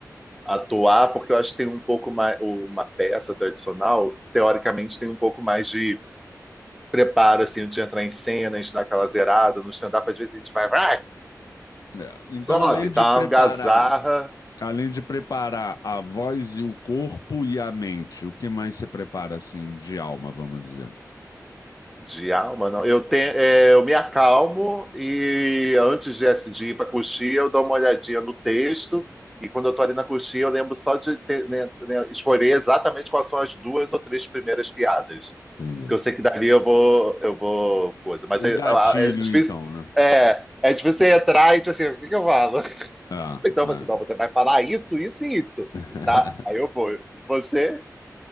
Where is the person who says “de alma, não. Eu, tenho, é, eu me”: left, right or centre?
Centre